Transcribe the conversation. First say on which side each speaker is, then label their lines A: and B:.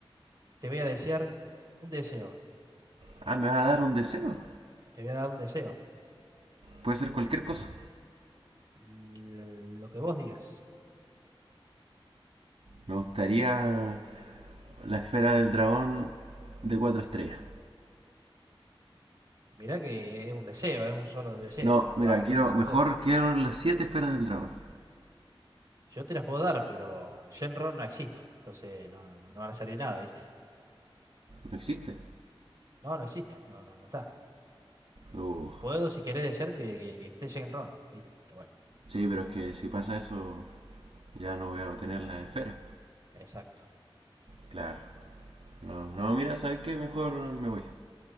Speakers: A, on the right; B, on the right.
A: te voy a desear un deseo,
B: Ah, ¿me vas a dar un deseo?
A: te voy a dar un deseo,
B: Puede ser cualquier cosa.
A: l- lo que vos digas.
B: Me gustaría La esfera del dragón de cuatro estrellas.
A: Mirá que es un deseo, es un solo deseo,
B: No,
A: que no lo
B: mira,
A: vas a gastar
B: quiero,
A: en esa
B: mejor
A: boludez.
B: quiero las siete esferas del dragón.
A: Yo te las puedo dar, pero Shenron no existe, entonces no, no, no van a salir nada, ¿viste?
B: No existe.
A: No, no existe, no, no, no está.
B: Uh,
A: Puedo, si querés, desear que, que, que esté Shenron, ¿viste? Pero bueno,
B: sí, pero es que si pasa eso, ya no voy a obtener las esferas
A: exacto.
B: Claro. No, no, mira, ¿sabes qué? Mejor me voy.